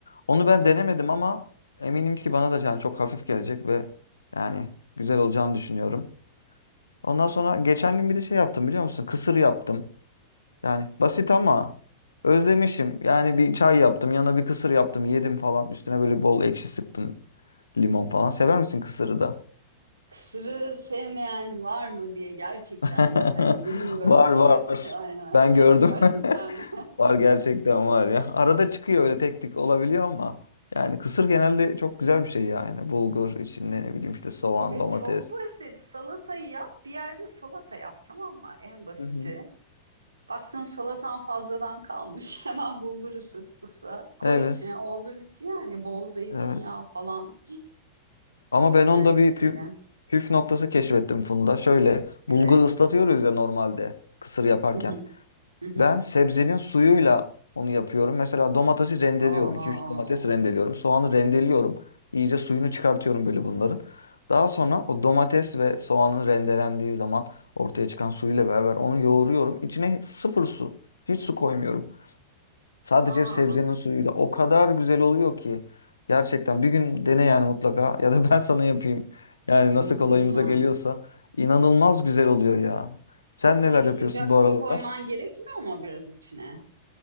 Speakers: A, on the left; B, on the right.
A: Onu ben denemedim ama eminim ki bana da yani çok hafif gelecek ve yani güzel olacağını düşünüyorum. Ondan sonra geçen gün bir de şey yaptım biliyor musun? Kısır yaptım. Yani basit ama özlemişim. Yani bir çay yaptım, yanına bir kısır yaptım, yedim falan. Üstüne böyle bol ekşi sıktım limon falan. Sever misin kısırı da?
B: Kısırı sevmeyen var mı diye gerçekten
A: <laughs>
B: hani bilmiyorum
A: Var
B: kısır
A: var.
B: <laughs> aynen
A: Ben gördüm.
B: <laughs> gerçekten
A: <laughs>
B: mi?
A: Var gerçekten
B: <laughs>
A: var ya. Arada çıkıyor öyle tek tük olabiliyor ama yani kısır genelde çok güzel bir şey yani. Bulgur içinde ne bileyim işte soğan,
B: Bir de
A: domates.
B: çok basit salatayı yap bir yerde salata yap tamam mı en basiti.
A: Hı hı.
B: Baktın salatan fazladan kalmış <laughs> hemen bulgur ısıt ısla koy
A: Evet,
B: içine oldu bitti yani bol zeytinyağı
A: evet.
B: falan
A: Ama ben
B: nar
A: onda
B: ekşisiyle
A: bir püf, püf noktası keşfettim Funda. Şöyle
B: evet.
A: bulgur ıslatıyoruz ya normalde kısır yaparken.
B: <laughs> Hı hı, hı hı.
A: Ben sebzenin suyuyla onu yapıyorum. Mesela domatesi rendeliyorum.
B: Oo,
A: iki üç domates rendeliyorum. Soğanı rendeliyorum. İyice suyunu çıkartıyorum böyle bunların. Daha sonra o domates ve soğanın rendelendiği zaman ortaya çıkan suyuyla beraber onu yoğuruyorum. İçine sıfır su. Hiç su koymuyorum. Sadece
B: vah,
A: sebzenin suyuyla. O kadar güzel oluyor ki. Gerçekten bir gün dene yani mutlaka. <laughs> Ya da ben sana yapayım. Yani nasıl
B: muhteşem.
A: kolayımıza geliyorsa. İnanılmaz güzel oluyor ya. Sen neler
B: Peki
A: yapıyorsun
B: sıcak
A: bu
B: su
A: aralar?
B: koyman gerekmiyor mu biraz içine?